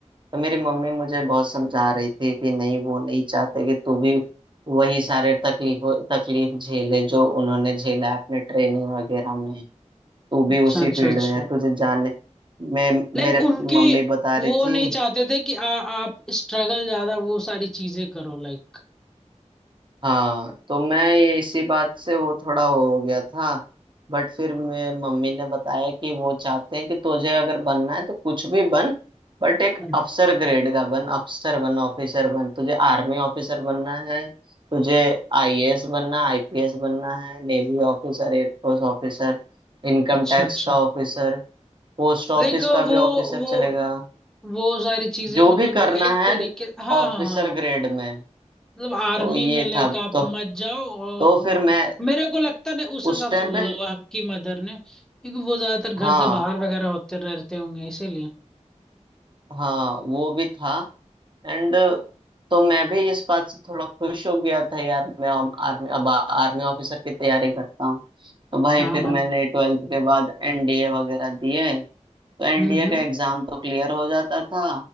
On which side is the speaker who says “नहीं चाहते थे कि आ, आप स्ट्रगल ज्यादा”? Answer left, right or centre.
Centre